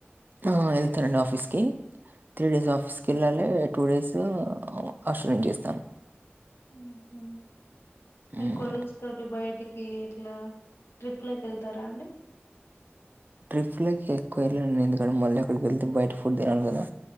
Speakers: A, on the right; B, on the left.
A: ఆ వెళ్తానండి ఆఫీస్కి త్రీ డేస్ ఆఫీస్కి వెళ్ళాలి టూ డేస్ <unintelligible> చేస్తాను
B: ఊహు
A: హ్మ్.
B: మీ కొలీగ్స్ తోటి బయటికి ఈట్ల ట్రిప్లకి వెళ్తారా అండి
A: ట్రిప్లకి ఎక్కువ వెళ్ళనండి నే ఎందుకంటే మళ్ళీ అక్కడికి వెళ్తే బయట ఫుడ్ తినాలి కదా